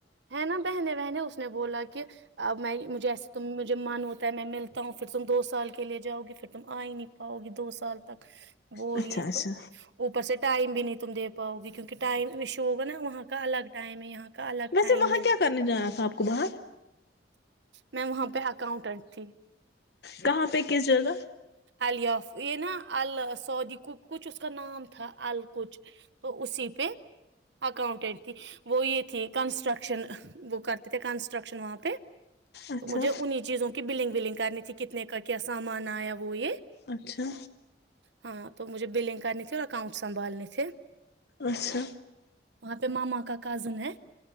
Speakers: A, on the right; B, on the left.
A: ہے نا بہنے بہنے اس نے بولا کہ میں مجھے ایسے ت مجھے من ہوتا ہے میں ملتا ہوں پھر تم دو سال کے لیے جاؤ گی پھر تم آ ہی نہیں پاؤ گی دو سال تک وہ
B: اچھا
A: یہ
B: اچھا
A: تو اوپر سے ٹائم بھی نہیں تمے پاؤ گی کیونکہ ٹائمشو ہوگا نا وہاں کا الگ ٹائم ہے یہاں کا الگ ٹائم
B: ے وہاں
A: ہے
B: کیا کرنے جانا تھا آپ کو باہر
A: میں وہاں پہ اکاؤنٹنٹ تھی
B: کہاں پہ کس جگہ
A: ال یاف یہ نا ال سعودی کو کچھ اس کا نام تھا ال کچ تو اسی پہ اکاؤنٹنٹ تھی وہ یہ تھی کنسٹرکشن وہ کرتے تھے کنسٹرکشن وہاں پہ
B: اچھا
A: تو مجھے انہیں چیزوں کہ بلڈنگ ولڈنگ کرنی تھی کتنے کا کیا سامان آیا وہ یہ
B: اچھا
A: ہاں تو مجھے بلنگ کرنی تھی اور اکاؤنٹ سنبھالنے تھے
B: اچھا
A: ماں کا کزن ہے